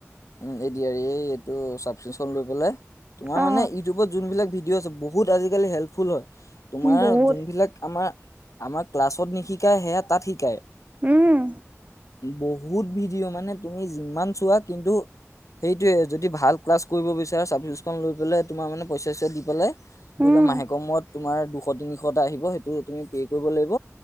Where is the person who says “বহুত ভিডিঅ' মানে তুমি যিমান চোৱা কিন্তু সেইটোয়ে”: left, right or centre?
Left